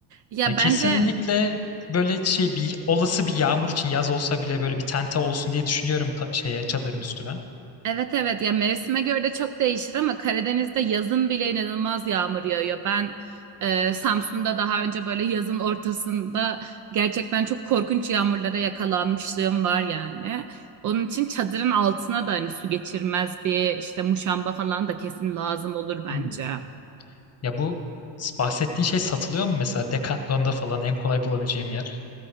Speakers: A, on the right (about 40°); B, on the left (about 30°).
A: Ya
B: Ya kesinlikle
A: bence
B: böyle şey bir olası bir yağmur için yaz olsa bile böyle bir tente olsun diye düşünüyorum ta- şeye çadırın üstüne.
A: Evet evet ya mevsime göre de çok değişir ama Karadeniz'de yazın bile inanılmaz yağmur yağıyor. Ben e, Samsun'da daha önce böyle yazın ortasında gerçekten çok korkunç yağmurlara yakalanmışlığım var yani. Onun için çadırın altına da hani su geçirmez bir işte muşamba falan da kesin lazım olur bence.
B: Hmm. Ya bu bahsettiğin şey satılıyor mu mesela Decathlon'da falan en kolay bulabileceğim yer?